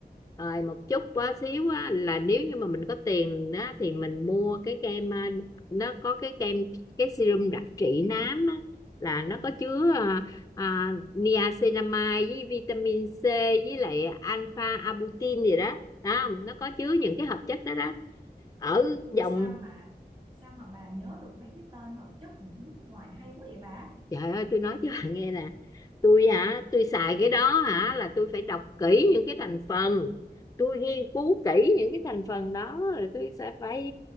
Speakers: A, on the left; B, on the right.
A: rồi một chút quá xíu á, là nếu như mà mình có tiền đó thì mình mua cái kem à, nó có cái kem cái serum đặc trị nám á, là nó có chứa à, niacinamide với vitamin C với lại alpha arbutin gì đó đó không nó có chứa những cái hợp chất đó đó ở
B: Ui
A: dòng
B: sao mà sao mà bà nhớ được mấy cái tên hợp chất của tiếng nước ngoài hay quá vậy bà?
A: trời ơi tôi nói cho bạn nghe nè tôi hả tôi xài cái đó hả là tôi phải đọc kỹ những cái thành phần tôi nghiên cứu kỹ những cái thành phần đó rồi tôi sẽ phải